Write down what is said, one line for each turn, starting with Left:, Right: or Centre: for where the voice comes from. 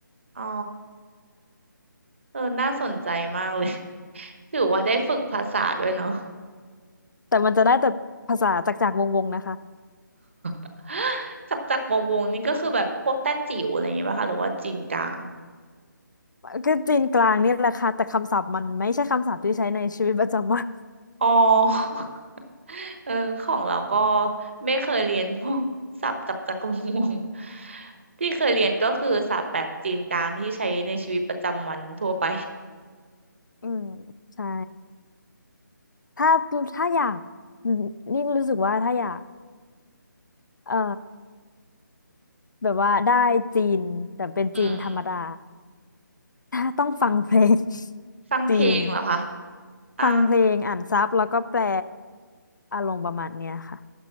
Right: อ๋อเออน่าสนใจมากเลย <laughs> ถือว่าได้ฝึกภาษาด้วยเนาะ
Left: ๆแต่มันจะได้แต่ภาษาจากจากวงๆนะคะ
Right: <laughs> จากจากวงวงนี่ก็คือแบบพวกแต้จิ๋วอะไรอย่างเงี้ยป่ะคะ หรือว่าจีนกลาง
Left: ก็จีนกลางเนี่ยแหละค่ะแต่คำศัพท์มันไม่ใช่คำศัพท์ที่ใช้ในชีวิตประจำวัน
Right: อ๋อ <laughs> เออของเราก็ไม่เคยเรียนพวกศัพท์จากจากวงวง <laughs> ที่เคยเรียนก็คือศัพท์แบบจีนกลางที่ใช้ในชีวิตประจำวันทั่วไป
Left: อืมใช่ถ้าถ้าอยากอืมนี่รู้สึกว่าถ้าอยากเอ่อแบบว่าได้จีนแต่เป็นจีนธรรมดา
Right: <laughs> อืม
Left: ถ้าต้องฟังเพลง <laughs>
Right: ฟังเพลงเหรอคะ
Left: จีน
Right: อ่า
Left: ฟังเพลงอ่านซับแล้วก็แปลอารมณ์ประมาณเนี้ยค่ะ